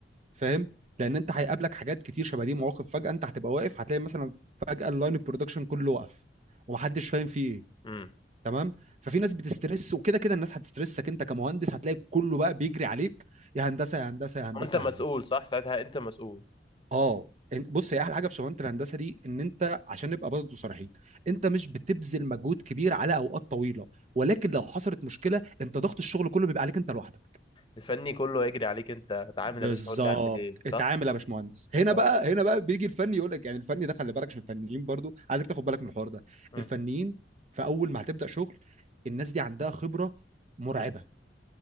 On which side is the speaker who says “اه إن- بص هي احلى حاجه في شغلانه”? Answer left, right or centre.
Right